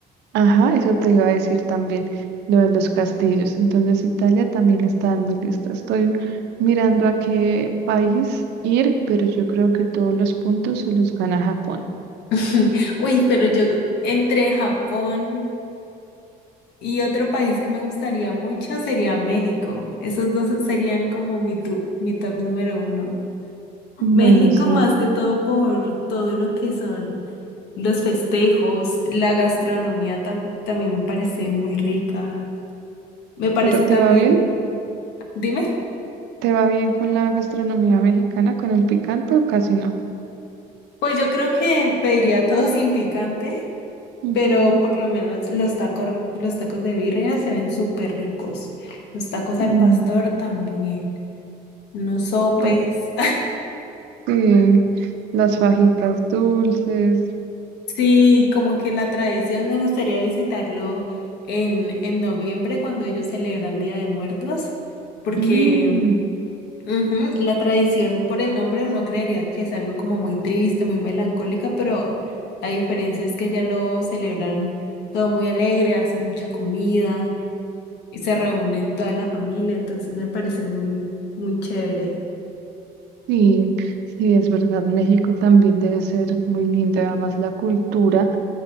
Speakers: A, on the right; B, on the left.
A: Ajá, eso te iba a decir también, lo de los castillos. Entonces, Italia también está en mi lista. Estoy mirando a qué país ir, pero yo creo que todos los puntos se los gana Japón.
B: <laughs> Uy, pero yo entre Japón y otro país que me gustaría mucho sería México. Esos dos serían como mi, tu- mi top número uno.
A: Bueno,
B: México
A: sí.
B: más que todo por todo lo que son los festejos, la gastronomía tam- también me parece muy rica. Me parece
A: ¿Pero te
B: también,
A: va bien?
B: dime,
A: ¿Te va bien con la gastronomía mexicana, con el picante o casi no?
B: pues yo creo que pediría todo sin picante,
A: Ujú,
B: pero por lo menos los tacos, los tacos de birria se ven súper ricos. Los tacos
A: mm.
B: al pastor también, unos sopes.
A: Ah, sí, las fajitas dulces.
B: Sí, como que la tradición me gustaría visitarlo en, en noviembre cuando ellos celebran Día de Muertos, porque
A: Mm,
B: ujú, la tradición por el nombre uno creería que es algo como muy triste, muy melancólica, pero la diferencia es que ya lo celebran todo muy alegre, hacen mucha comida y se reúnen toda la familia, entonces me parece muy, muy chévere.
A: sí, sí, es verdad. México también debe ser muy linda, además la cultura.